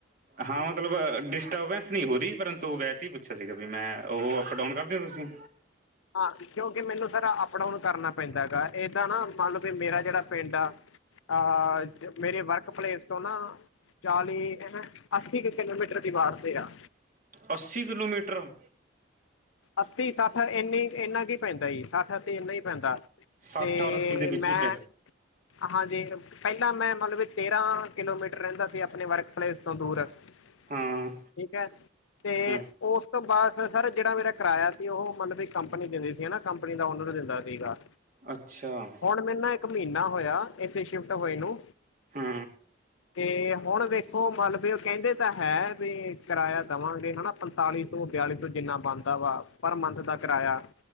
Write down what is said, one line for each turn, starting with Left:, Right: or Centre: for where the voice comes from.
Right: ਹਾਂ ਮਤਲਬ ਡਿਸਟਰਬੈਂਸ ਨੀ ਹੋਰੀ ਪਰੰਤੂ ਵੈਸੇ ਈ ਪੁੱਛਿਆ ਸੀਗਾ ਵੀ ਮੈਂ ਓ ਅਪ-ਡਾਊਨ ਕਰਦੇ ਓ ਤੁਸੀਂ?
Left: ਹਾਂ ਕਿਉਂਕਿ ਮੈਨੂੰ ਸਰ ਅਪ-ਡਾਊਨ ਕਰਨਾ ਪੈਂਦਾ ਹੈਗਾ ਏਦਾਂ ਨਾ ਮੰਨ ਲੋ ਵੀ ਮੇਰਾ ਜੇੜਾ ਪਿੰਡ ਆ ਆਹ ਮੇਰੇ ਵਰਕ ਪਲੇਸ ਤੋਂ ਨਾ ਚਾਲੀ, ਅੱਸੀ ਕ ਕਿਲੋਮੀਟਰ ਦੀ ਵਾੜ 'ਤੇ ਆ।
Right: ਅੱਸੀ ਕਿਲੋਮੀਟਰ।
Left: ਅੱਸੀ-ਸੱਠ ਏਨੀ ਇੰਨਾ ਕੀ ਪੈਂਦਾ ਈ। ਸੱਠ-ਅੱਸੀ ਏਨਾ ਈ ਪੈਂਦਾ 'ਤੇ
Right: ਸੱਠ ਔਰ ਅੱਸੀ ਦੇ ਵਿੱਚ
Left: ਮੈਂ,
Right: ਵਿੱਚ
Left: ਹਾਂਜੀ। ਪਹਿਲਾਂ ਮੈਂ ਮੰਨ ਲੋ ਵੀ ਤੇਰਾਂ ਕਿਲੋਮੀਟਰ ਰੈਂਦਾ ਸੀ ਆਪਣੇ ਵਰਕ ਪਲੇਸ ਤੋਂ ਦੂਰ ਠੀਕ
Right: ਹਾਂ
Left: ਐ 'ਤੇ
Right: ਹੂੰ
Left: ਉਸ ਤੋਂ ਬਾਅਦ ਸ ਸਰ ਜੇੜਾ ਮੇਰਾ ਕਰਾਇਆ ਸੀ ਉਹ ਮੰਨ ਲੋ ਵੀ ਕੰਪਨੀ ਦਿੰਦੀ ਸੀ ਨਾ, ਕੰਪਨੀ ਦਾ ਓਨਰ ਦਿੰਦਾ ਸੀਗਾ।
Right: ਅੱਛਾ।
Left: ਹੁਣ ਮੈਨੂੰ ਨਾ ਇੱਕ ਮ੍ਹੀਨਾ ਹੋਇਆ ਇੱਥੇ ਸ਼ਿਫਟ ਹੋਏ ਨੂੰ,
Right: ਹੂੰ
Left: ਤੇ ਹੁਣ ਵੇ ਖੋ ਮਲ ਵੀ ਓ ਕੈਂਦੇ ਤਾਂ ਹੈ ਵੀ ਕਰਾਇਆ ਦੇਵਾਂਗੇ ਹਨਾ ਪੰਤਾਲੀ ਸੌ, ਬਿਆਲੀ ਸੌ ਜਿੰਨਾ ਬਣ ਦਾ ਵਾ ਪਰ ਮੰਥ ਦਾ ਕਰਾਇਆ।